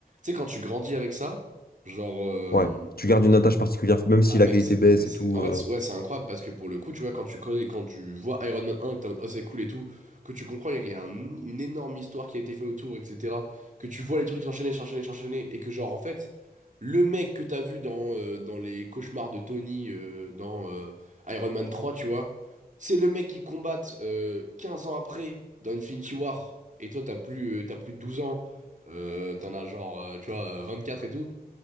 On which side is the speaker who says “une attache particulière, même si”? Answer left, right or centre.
Left